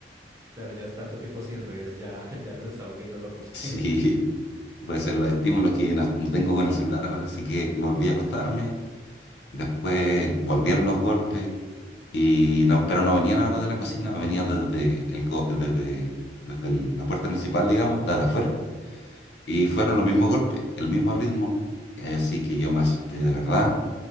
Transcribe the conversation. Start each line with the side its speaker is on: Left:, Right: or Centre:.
Right: Claro, ya es tanto tiempo sin redes, ya, <laughs> ya los está volviendo locos.
Left: <laughs> Sí,
Right: <laughs>
Left: puede ser los estímulos que no, no tengo con el celular ahora. Así que volví a acostarme. Después volvieron los golpes. Y no, pero no venían ahora de la cocina, venían desde el, co- desde, desde el- la puerta principal, digamos, la de afuera Y fueron los mismos golpes, el mismo ritmo. Así que yo me asusté de verdad.